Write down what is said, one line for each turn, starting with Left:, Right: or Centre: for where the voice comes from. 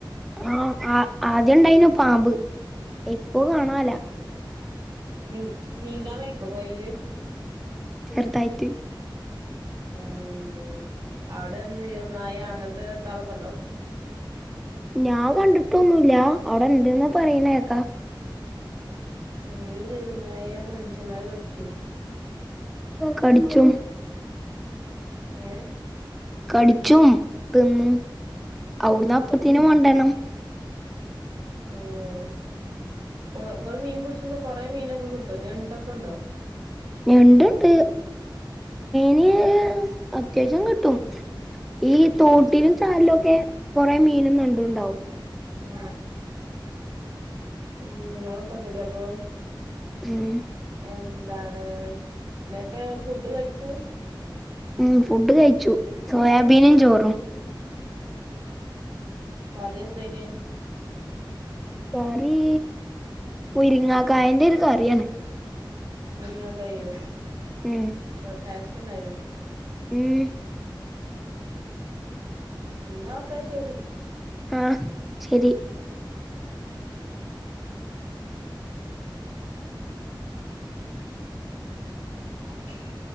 Centre: ആഹ് അ ആദ്യണ്ടായിനു പാമ്പ് ഇപ്പോ കാണാല്ല.
Right: നീ നീന്താൻ വെയ്ക്കോ പൊയീല്?
Centre: ചെർതായിറ്റ്.
Right: ഉം അവിടെ നീർന്നായ അങ്ങനത്തെ ഇതാളൊക്കെണ്ടോ?
Centre: ഞാ കണ്ടിട്ടൊന്നുല്ല അവിടെണ്ടന്ന് പറയണേക്കാ
Right: ഏ നീർന്നായ മനുഷ്യമാരെ കടിച്ചു
Centre: കടിച്ചും
Right: ഏ
Centre: കടിച്ചും തിന്നും അവിടുന്ന്
Right: ഓ
Centre: അപ്പത്തിനും കൊണ്ടണം
Right: ഓ നിങ്ങൾ മീൻ പിടിച്ചുമ്പോ കൊറെേ മീനൊക്കെ കിട്ടും ഞണ്ടൊക്കെ ഉണ്ടോ <inaudible>
Centre: ഞണ്ടുണ്ട് <unintelligible> അത്യാവശ്യം കിട്ടും ഈ തോട്ടിലും ചാലിലുംഒക്കെ കൊറെ മീനും ഞണ്ടുണ്ടാാവും
Right: ഉം മ ഉളപ്പൊന്നില്ല അപ്പൊ
Centre: ഉം
Right: എന്താണ് എന്നിട്ട് ഫുഡ് കഴിച്ചു
Centre: ഉം ഫുഡ് കഴിച്ചു സോയാബീനും ചോറും
Right: കറി എന്തേന്
Centre: കറി മുരിങ്ങാക്കായന്റെ ഒരു കറിയാണ്
Right: മുരിങ്ങക്കായോ
Centre: ഉം
Right: ടാസ്റ്റ് ഉണ്ടായിനോ
Centre: ഉം
Right: ന്നാ ഓക്കെ ശെരി
Centre: ആഹ് ശരി
Right: <inaudible> <unintelligible>